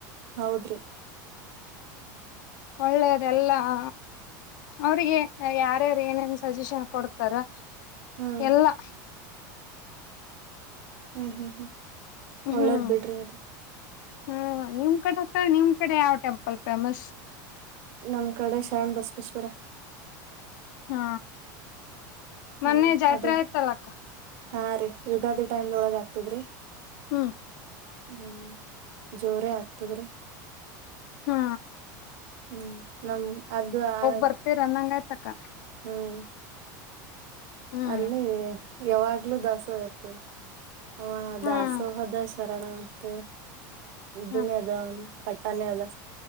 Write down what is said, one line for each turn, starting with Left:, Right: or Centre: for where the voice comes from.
Right: ಹೌದ್ರಿ
Left: ಒಳ್ಳೇದೆಲ್ಲ ಹ ಅವ್ರಿಗೆ ಯಾರ್ಯಾರು ಏನೇನ್ ಸಜೆಷನ್ ಕೊಡ್ತಾರೆ
Right: ಹ್ಮ್
Left: ಎಲ್ಲಾ
Right: ಹ್ಮ್ ಹ್ಮ್ ಹ್ಮ್ ಒಳ್ಳೇದ್
Left: ಹ್ಮ್
Right: ಬಿಡ್ರಿ ಅದು
Left: ಹಾ ನಿಮ್ ಕಡೆ ಸ ನಿಮ್ ಕಡೆ ಯಾವ ಪಲ್ ಫೇಮಸ್
Right: ನಮ್ ಕಡೆ ಶರಣ್ ಬಸವೇಶ್ವರ
Left: ಹಾ
Right: ಹ್ಮ್
Left: ಮೊನ್ನೆ ಜಾತ್
Right: ಅದೇ
Left: ಆಯ್ತಲ್ಲಕ್ಕ
Right: ಹಾ ರೀ ಯುಗಾದಿ ಟೈಮ್ದೊಳಗ ಆಗ್ತದ್ರಿ
Left: ಹ್ಮ್
Right: ಹ್ಮ್ ಜೋರೇ ಆಗ್ತದ್ರಿ
Left: ಹಾ
Right: ಹ್ಮ್ ನಮ ಅದು ಆ
Left: ಬರ್ತೀರ ಅಂದಂಗ ಆಯ್ತಕ್ಕ
Right: ಹ್ಮ್
Left: ಹ್ಮ್
Right: ಅಲ್ಲಿ ಯಾವಾಗ್ಲೂ ದಾಸೋಹ ಇರ್ತವ್ರ ನಮ್ಮ
Left: ಹ್ಮ್
Right: ದಾಸೋಹ ದಶ ಶರಣ ಮತ್ತೆ ಇದನೇ
Left: ಹ್ಮ್
Right: ಅದ ಪಟ್ಟಾನೇ ಅದ